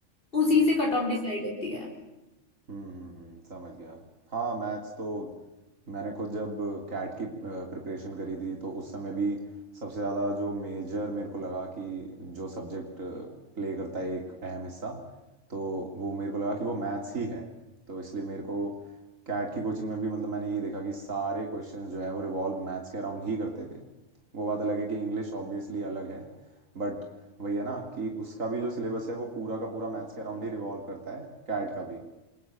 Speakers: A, on the right (about 85°); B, on the left (about 45°).
A: हम्म
B: उसी से कट ऑफ डिसाइड होती है
A: हम्म हम्म हम्म, समझ गया हाँ मैथ्स तो मैंने खुद जब कैट की प्रिपरेशन करी थी तो उस समय भी सबसे ज़्यादा जो मेजर मेरे को लगा कि जो सब्जेक्ट प्ले करता है एक अहम हिस्सा तो वो मेरे को लगा कि वो मैथ्स ही है तो इसलिए मेरे को कैट की कोचिंग में भी मतलब मैंने ये देखा कि सारे क्वेश्चंस जो हैं वो रिवॉल्व मैथ्स के अराउंड ही करते थे वो बात अलग है कि इंग्लिश ऑब्वियसली अलग है बट वही है ना कि उसका भी जो सिलेबस है वो पूरा का पूरा मैथ्स के अराउंड ही रिवॉल्व करता है कैट का भी